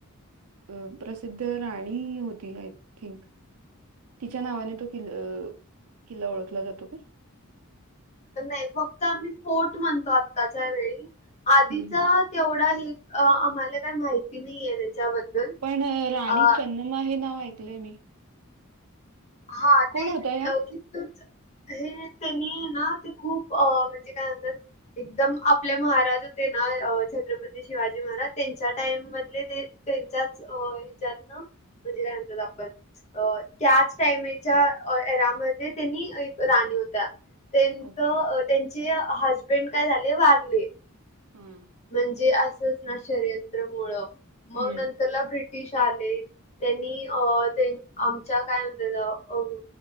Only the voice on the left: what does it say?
नाही फक्त आम्ही फोर्ट म्हणतो आत्ता च्या वेळी आधीचा
तेवढा हे आम्हाला काही माहिती नाही आहे त्याच्याबद्दल
अ
हा
ते
कितूर हे त्यांनी ना ते खूप म्हणजे काय म्हणतात एकदम आपले महाराज होते ना छत्रपती शिवाजी महाराज त्यांच्या टाइम मधले ते त्यांच्याच ह्याच्यात ना म्हणजे काय म्हणतात आपण त्याच टाईमच्या एरामध्ये त्यांनी एक राणी होत्या त्यांच
त्यांचे हजबेंड काय झाले वारले
म्हणजे असच ना षडयंत्र मुळ मग
नंतरला ब्रिटिश आले त्यांनी अ त्यां आमच्या काय म्हणत अ